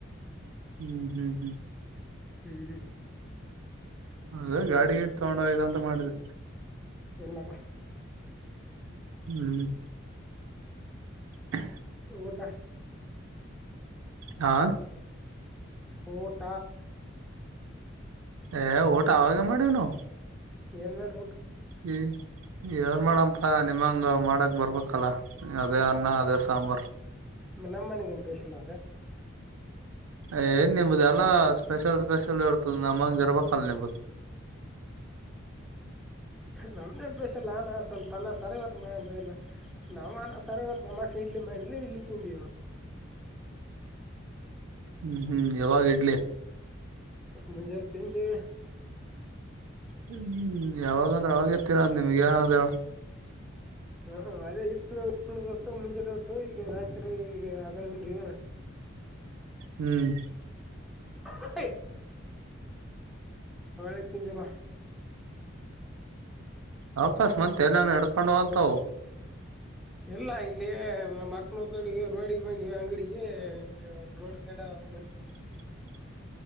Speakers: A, on the right (about 80°); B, in the centre.
A: ಹ್ಮ್ ಹ್ಮ್ ಹ್ಮ್
B: ಹ್ಮ್ ಹ್ಮ
A: ಅದ ಗಾಡಿ ಗಿಡ್ ತಗೊಂಡ ಹೋಗಂತ ಮಾಡಿದೆ
B: <unintelligible>
A: ಹ್ಮ್ ಹ್ಮ
B: ಊಟ
A: ಆ
B: ಊಟ
A: ಹೇ ಊಟ ಅವಾಗ ಮಾಡಿನು
B: ಏನ್ ಮಾಡಿದ್ರಿ ಊಟಕ್ಕ
A: ಹ್ಮ ಏನ್ ಮಾಡಪ್ಪ ನಿಮ್ಮಂಗೆ ಮಾಡಕ್ ಬರ್ಬೇಕಲ್ಲ ಅದೇ ಅನ್ನ ಅದೇ ಸಾಂಬಾರು
B: ನ ನಂಬನಿಕನ್ಲಾವ
A: ಏನ್ ನಿಮ್ದು ಎಲ್ಲಾ ಸ್ಪೆಷಲ್ ಸ್ಪೆಷಲ್ ಇರ್ತದ ನಮ್ಮಂಗ ಇರ್ಬ ಕಲ್ಬ
B: ನಮ್ದೇನ್ ಪ್ರಷ ಇಲ್ಲ ನಾ ಸ್ವಲ್ಪ ನ ಸರಿವ ಯಲ್ಲ ನಮ್ಮ ಅನ ಸರಿಗತ್ತು ನಮ್ಮಕ ಇಡ್ಲಿ ಮಾಡಿಲ್ಲ ಇಡ್ಲಿ ತಿಂದಿವವ
A: ಹ್ಮ್ ಹ್ಮ್ ಯಾವಾಗ ಇಡ್ಲಿ
B: ಮಜರು ತಿ ಇದು
A: ಹ್ಮ್ ಯಾವಾಗಂದ್ರೆ ಅವಾಗ ಎತ್ತೀರದು ನಿಮ್ಗೆ ಏನಾದ
B: ಹಾ ಅದೇ ಹಟ್ಲು ಹಟ್ಳತ್ತು ಮುಂಜಾನೆ ಉಟ್ಟು ಈಗ ರಾತ್ರಿ ಈಗ ಹಗಳ ಉಂಡ್ರಿ
A: ಹ್ಮ್
B: ಹ ಅವೇಳ ತಿಂತವಾ
A: ಅವಕಾಶ ಮತ್ ಎಲ್ಲಾನ ಹಡ್ಕೊಂಡಂತವು
B: ಇಲ್ಲ ಇಲ್ಲಿ ನ ಮಕ್ನ ರೋಡಿಗೆ ಬಂದ್ವಿ ಅಂಗಡಿಗೆ ಇಲ್ಲಿ ರೋಡ್ ಸೈಡ್ ನಿಂತ
A: <inaudible>